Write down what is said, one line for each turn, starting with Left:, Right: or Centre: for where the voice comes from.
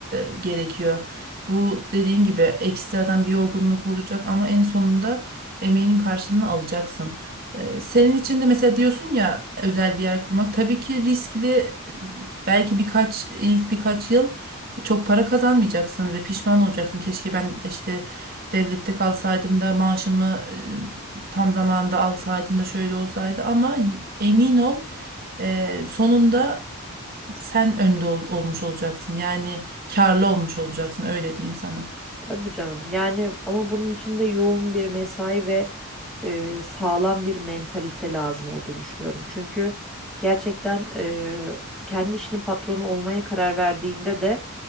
Right: e, gerekiyor. Bu dediğin gibi ekstradan bir yorgunluk olacak ama en sonunda emeğinin karşılığını alacaksın. E, senin için de mesela diyorsun ya özel bir yer kurmak tabii ki riskli. e, Belki birkaç ilk birkaç yıl çok para kazanmayacaksın ve pişman olacaksın. Keşke ben işte devlette kalsaydım da maaşımı e, tam zamanında alsaydım da şöyle olsaydı ama y- emin ol ee, sonunda sen önde ol- olmuş olacaksın. Yani karlı olmuş olacaksın öyle diyeyim sana.
Centre: Tabii canım. Yani ama bunun için de yoğun bir mesai ve e, sağlam bir mentalite lazım olduğunu düşünüyorum. Çünkü gerçekten e, kendi işinin patronu olmaya karar verdiğinde de